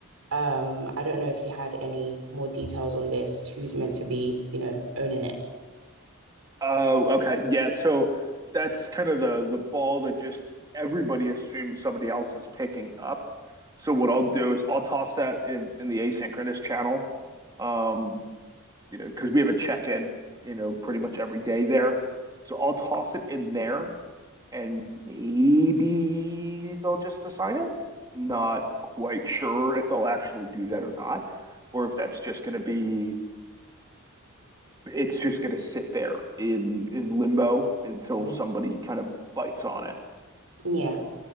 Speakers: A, on the right (about 85°); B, on the right (about 20°).
A: um, I don't know if you had any more details on this, who's meant to be, you know, owning it.
B: Oh, okay, yeah. So that's kind of the the ball that just everybody assumes somebody else is picking up. So what I'll do is I'll toss that in in the asynchronous channel, um, you know, because we have a check in, you know, pretty much every day there. So I'll toss it in there and maybe they'll just assign it. Not quite sure if they'll actually do that or not, or if that's just going to be it's just going to sit there in in limbo until
A: Mm.
B: somebody kind of bites on it.
A: Yeah.